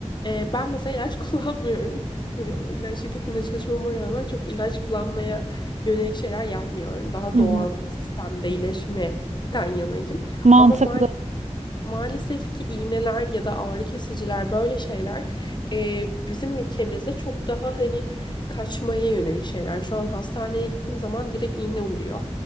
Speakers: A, on the left; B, on the right.
A: E, ben mesela ilaç <laughs> kullanmıyorum. Hani o ilaç şirketinde çalışmama rağmen çok ilaç kullanmaya yönelik şeyler yapmıyorum. Daha
B: Hı hı.
A: doğal sistemde iyileşmekten yanayım.
B: Mantıklı.
A: Ama maalesef Maalesef ki iğneler ya da ağrı kesiciler böyle şeyler e, bizim ülkemizde çok daha hani kaçmaya yönelik şeyler. Şu an hastaneye gittiğin zaman direkt iğne vuruyor.